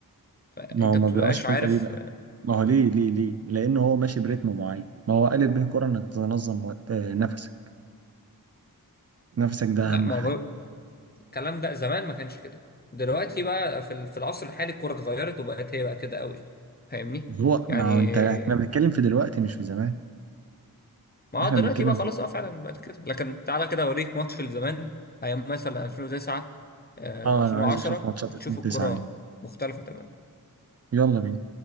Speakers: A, on the left; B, on the right.
A: انت
B: ما هو ما
A: بتبقاش
B: بيقعش فجاه
A: عارف
B: ليه بقى ما هو ليه ليه ليه لانه هو ماشي بريتم معين ما هو قالب به الكره انك تنظم وقت- آه، نفسك نفسك ده
A: لا
B: اهم
A: ما
B: حاجه
A: هو الكلام ده زمان ما كانش كده دلوقتي بقى في ال- في العصر الحالي الكوره اتغيرت وبقت هي بقى كده قوي فاهمني
B: هو ما
A: يعني
B: هو انت احنا بنتكلم في دلوقتي مش في زمان
A: ما
B: احنا
A: هو دلوقتي
B: بنتكلم
A: بقى خلاص
B: في إيه؟
A: اه فعلا بقت كده لكن تعالى كده اوريك ماتش لزمان ايام مثلا 2009 آه،
B: اه
A: 2010
B: انا عايز اشوف ماتشات
A: هتشوف
B: 2009
A: الكوره
B: دي
A: مختلفه تماما
B: يلا بينا